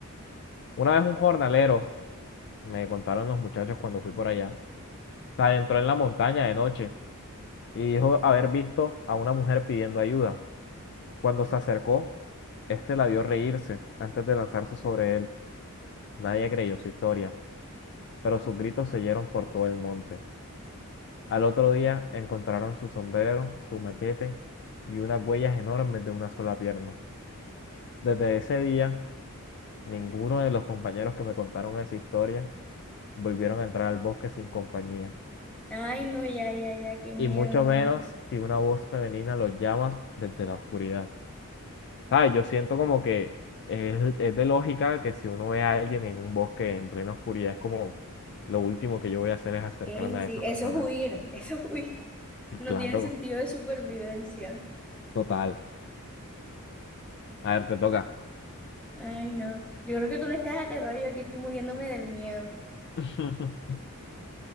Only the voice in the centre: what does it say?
Ay, no, ya, ya, ya, qué miedo.
no.
Ey, sí,
eso
es huir, <laughs> eso es huir.
No
tiene sentido de supervivencia.
Ay, no. Yo creo que tú no estás aterrado, yo aquí estoy muriéndome del miedo.